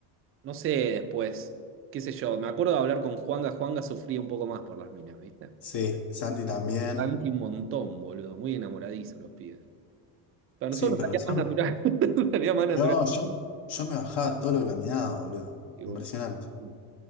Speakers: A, on the right; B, on the left.
A: No sé después. Qué sé yo. Me acuerdo de hablar con Juanga. Juanga sufría un poco más por las minas, ¿viste?
B: Sí, Santi también.
A: Y Santi un montón, boludo. Muy enamoradizo los pibes. Para
B: Sí,
A: nosotros
B: pero
A: nos salía
B: nosotros
A: más natural. <laughs> Nos salía más natural.
B: No, yo, yo me bajaba todo lo que caminaba, boludo.
A: Y bueno,
B: Impresionante,
A: mm,